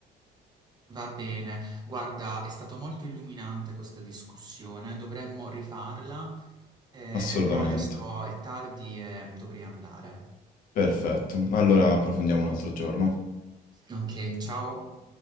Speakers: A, on the right; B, on the left.
A: Va bene. Guarda, è stato molto illuminante questa discussione, dovremmo rifarla, eh,
B: Assolutamente.
A: però adesso è tardi e dovrei andare.
B: Perfetto. Allora approfondiamo un altro giorno.
A: Ok, ciao.